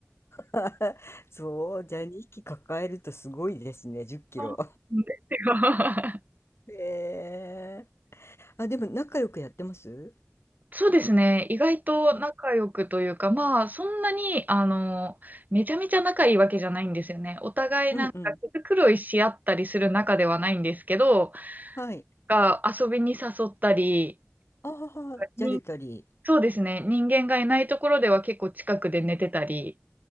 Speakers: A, on the left; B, on the right.
A: <laughs> そう、じゃあ2匹抱えるとすごいですね、10キロ。
B: そうなんですよ
A: へえ。あ、でも仲良くやってます
B: <laughs> そうですね。意外と仲良くというか、
A: うん、
B: まあ、そんなに、あの、めちゃめちゃ仲いいわけじゃないんですよね。お互いなんか毛繕いし合ったりする仲ではないんですけど、
A: うん、うん。はい。
B: が遊びに誘ったり、
A: ああ、じゃれたり。
B: にそうですね。人間がいないところでは結構近くで寝てたり、